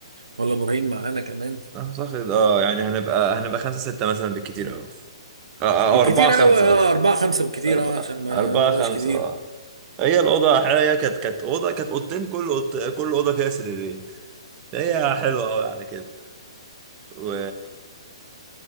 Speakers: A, on the right; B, on the right.
A: ولا ابراهيم معانا كمان
B: اعتقد اه يعني هنبقى هنبقى خمسة ستة مثلا بالكتير اوي اه آه،
A: بالكتير
B: او اربعة خمسة
A: قوي اه
B: قصدي
A: اربعة خمسة بالكتير
B: أربعة
A: اه عشان ما
B: أربعة
A: نبقاش
B: خمسة
A: كتير
B: اه هي الأوضة هي كانت كانت أوضة كانت أوضتين كل أوضة كل أوضة فيها سريرين هي حلوة أوي على كده و